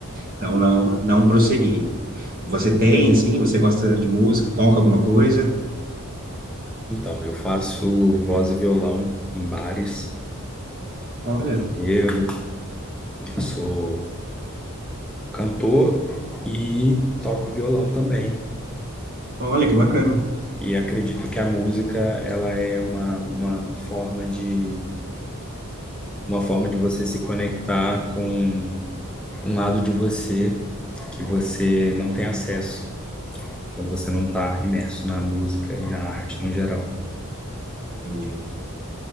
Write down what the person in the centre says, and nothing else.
Então, eu faço voz e violão em bares.
Eu, eu sou cantor e toco violão também.
E acredito que a música ela é uma, uma forma de uma forma de você se conectar com um lado de você que você não tem acesso quando você não está imerso na música e na arte no geral.